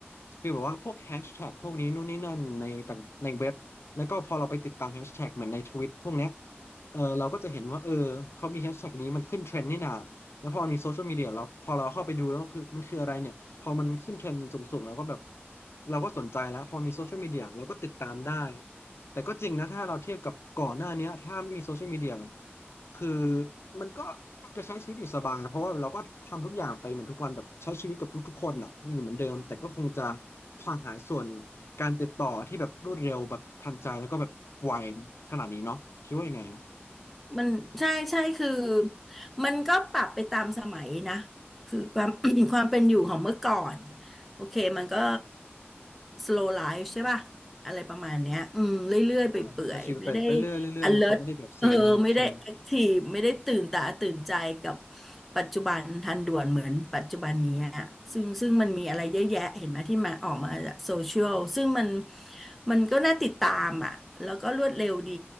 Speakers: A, on the left (about 75°); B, in the centre.
A: ฟีลแบบว่าพวกแฮชแท็กพวกนี้นู่นนี่นั่นในต่างในเว็บแล้วก็พอเราไปติดตามแฮชแท็กเหมือนในทวิตพวกเนี้ยเออเราก็จะเห็นว่าเออเขามีแฮชแท็กนี้มันขึ้นเทรนด์นี่นา แล้วพอมันมีโซเชียลมีเดียแล้วพอเราเข้าไปดูแล้วคือมันคืออะไรเนี่ยพอมันขึ้นเทรนด์สูงๆแล้วก็แบบเราก็สนใจแล้วพอมีโซเชียลมีเดียเราก็ติดตามได้แต่ก็จริงนะถ้าเราเทียบกับก่อนหน้าเนี้ยถ้าไม่มีโซเชียลมีเดียคือมันก็จะใช้ชีวิตอยู่สบายเพราะว่าเราก็ทำทุกอย่างไปเหมือนทุกวันแบบใช้ชีวิตกับทุกๆคนอ่ะอยู่เหมือนเดิมแต่ก็คงจะขาดหายส่วนการติดต่อที่แบบรวดเร็วแบบทันใจแล้วก็แบบไวขนาดนี้เนาะคิดว่ายังไงอะ
B: มันใช่ใช่คือมันก็ปรับไปตามสมัยนะคือความ <coughs> <clears throat> ความเป็นอยู่ของเมื่อก่อนโอเคมันก็ slow life ใช่ป่ะอะไรประมาณเนี้ยอืมเรื่อยๆไปเปื่อยๆไม่ได้
A: อ่าก็ใช้ชีวิตไปไปเรื่อยๆเรื่อยๆมันเขาไม่ได้แบบซีมากใช่
B: alert เออไม่ได้แอคทีฟไม่ได้ตื่นตาตื่นใจกับปัจจุบันทันด่วนเหมือนปัจจุบันนี้อะซึ่งซึ่งมันมีอะไรเยอะแยะเห็นไหมที่มาออกมาจากโซเชียลซึ่งมันมันก็น่าติดตามอ่ะแล้วก็รวดเร็วดี